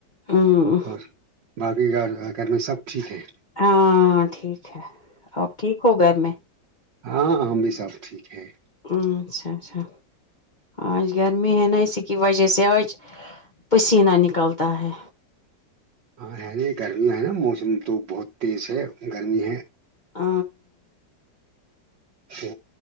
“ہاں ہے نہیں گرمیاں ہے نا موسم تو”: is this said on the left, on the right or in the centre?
Right